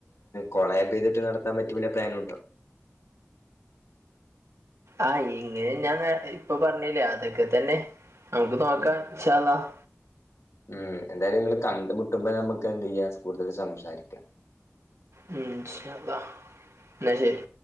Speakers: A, on the left; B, on the right.
A: കോളാബ് ചെയ്തിട്ട് നടത്താൻ പറ്റിയ വല്ല പ്ലാനും ഉണ്ടോ?
B: ആ ഇങ്ങനെ ഞാൻ ഇപ്പോ പറഞ്ഞില്ലേ അതൊക്കെ തന്നെ നമുക്ക് നോക്കാ
A: ഉം
B: ഇന്ഷാ അല്ലാഹ്.
A: ഉം... എന്തായാലും നിങ്ങൾ കണ്ടുമുട്ടുമ്പോ നമ്മക്ക് എന്ത് ചെയ്യാ കൂടുതൽ സംസാരിക്ക.
B: ഉം... ഇന്ഷാ അല്ലാഹ് ന്ന ശരി!